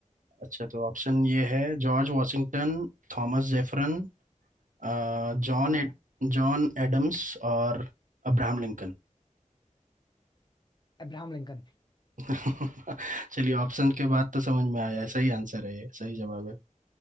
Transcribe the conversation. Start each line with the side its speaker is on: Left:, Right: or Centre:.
Right: अच्छा तो ऑप्शन ये है जॉर्ज वॉशिंगटन थॉमस जेफरन अ, जॉन
Left: हाँ
Right: एड, जॉन एडम्स और अब्राहम लिंकन
Left: Abraham Lincoln
Right: <laughs> चलिए ऑप्शन के बाद तो समझ में आया सही आंसर है ये सही जवाब है